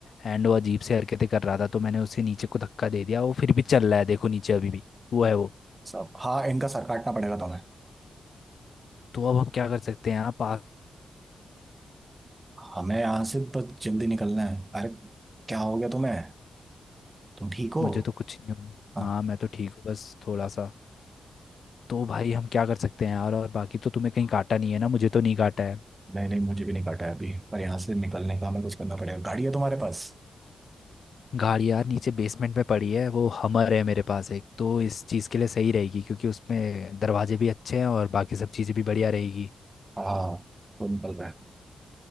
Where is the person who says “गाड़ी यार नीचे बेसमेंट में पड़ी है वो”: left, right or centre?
Left